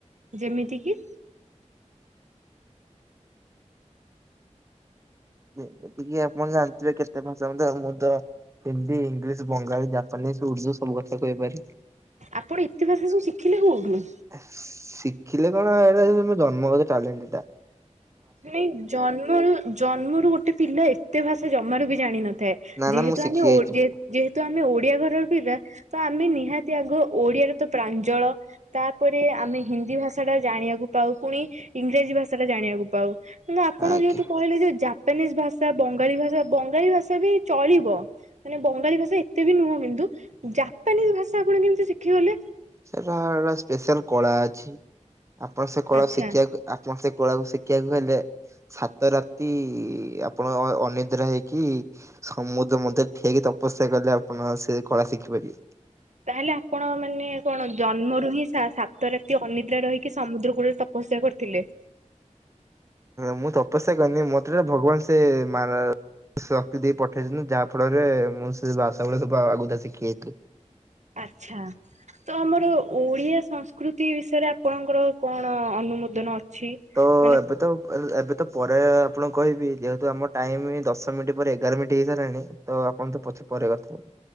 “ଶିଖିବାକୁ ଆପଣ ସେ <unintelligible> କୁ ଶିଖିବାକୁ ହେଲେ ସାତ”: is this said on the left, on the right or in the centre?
Right